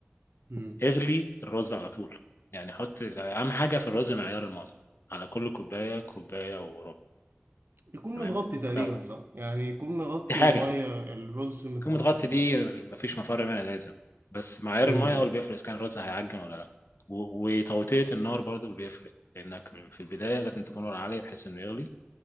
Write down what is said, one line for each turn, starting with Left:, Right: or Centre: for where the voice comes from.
Right: مم.
Left: اغلي الرز على طول يعني حط اهم حاجه في الرز معيار الميه على كل كوبايه كوبايه وربع
Right: يكون
Left: تمام
Right: متغطي تقريبا
Left: كوبايه وربع
Right: صح يعني يكون مغطي
Left: دي حاجه
Right: المية الرز متغطي
Left: قمة غطي
Right: كده
Left: دي
Right: بالمية
Left: مفيش مفر منها لازم بس معيار
Right: امم
Left: المية هو اللي بيفرق إذا كان الرز هيعجن ولا لأ و- وتوطية النار برضو بيفرق لأنك في البداية لازم تكون نار عالية بحيث إنه يغلي